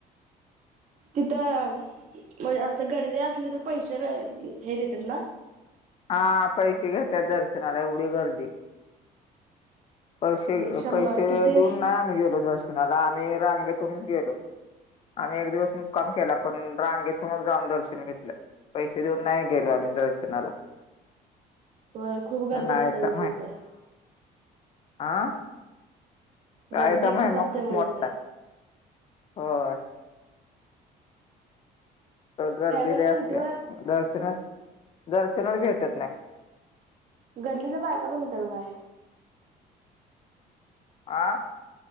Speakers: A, on the right; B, on the left.
A: तिथं म्हणजे असं गर्दी असली तर, पैसे नय हे देतात ना.
B: हा पैसे घेत्यात दर्शनाला. एवढी गर्दी. पैसे
A: हम्म शंभर
B: पैसे
A: किती
B: देऊन ना, आम्ही गेलो दर्श नाला. आम्ही रांगेतूनच गेलो. आम्ही एक दिवस मुकाम केला. पण रांगेतूनच जाऊन दर्शन घेतलं. पैसे देऊन नाही गेलो आम्ही दर्शनाला.
A: होय खूप गर्दी
B: नाहीचा
A: असते म्हणे तीथं.
B: आ. कायेचा
A: गर्दी
B: महिमा
A: असते
B: खूप
A: म्हणे
B: मोठाय.
A: इथं
B: होय. गर्दी
A: फॅमिली
B: ल्ई
A: नव्हती
B: असत्याया.
A: होय
B: दर्शनच दर्शनच भेटत नाय.
A: गल्लीतल्या बायका पण होत्या का काय?
B: आ.